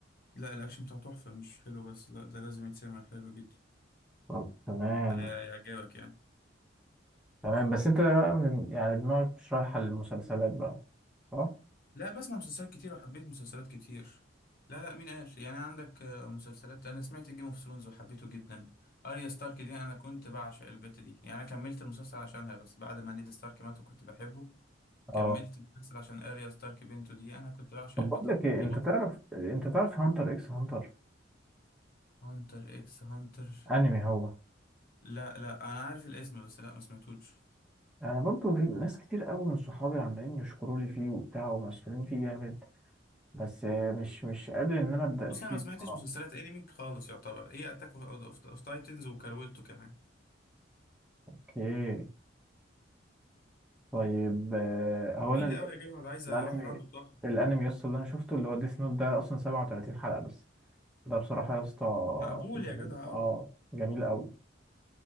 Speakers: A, on the left (about 50°); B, in the centre.
A: لا الاكشن بتاعه تحفه مش حلو بس لا ده لازم يتسمع حلو جدا
B: طب تمام
A: انا يعجبك يعني
B: تمام بس انت بقى من يعني دماغك مش رايحة للمسلسلات بقى صح
A: لا بسمع مسلسلات كتير وحبيت مسلسلات كتير لا لا مين قال يعني عندك آه، مسلسلات انا سمعت جيم اوف ثرونز وحبيته جدا اريا ستارك دي انا كنت بعشق البت دي يعني انا كملت المسلسل عشانها بس بعد ما نيد ستارك مات وكنت بحبه كملت
B: اه
A: المسلسل عشان اريا ستارك بنته دي انا كنت بعشق
B: طب
A: البت
B: بقول لك
A: دي
B: ايه
A: دي
B: انت
A: بطل
B: تعرف انت تعرف هانتر اكس هانتر
A: هانتر اكس هانتر
B: انمي هو
A: لا لا انا عارف الاسم بس لا ما سمعتوش
B: انا برضو في ناس كتير قوي من صحابي عمالين يشكروا لي فيه وبتاع ومسحولين فيه جامد بس مش مش قادر ان انا ابدا
A: بص
B: فيه
A: انا ما سمعتش
B: بصراحة.
A: مسلسلات انمي خالص يعتبر ايه اتاك اوف تايتنز وكارويتو كمان
B: اوكي طيب آه، هو
A: طويله
B: انا ال-
A: قوي يا جدع ده عايزه
B: الانمي
A: واحد عنده طاقه
B: الانمي يسطا اللي انا شفته اللي هو ديس نوت ده اصلا 37 حلقة بس ده بصراحة يا اسطى
A: مقبول
B: جميل
A: يا جدع اه
B: اه جميل قوي